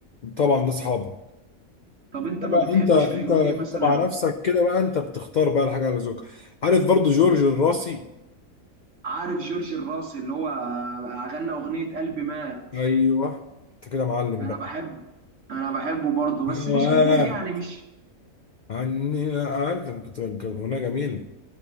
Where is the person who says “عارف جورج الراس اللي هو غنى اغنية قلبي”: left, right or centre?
Right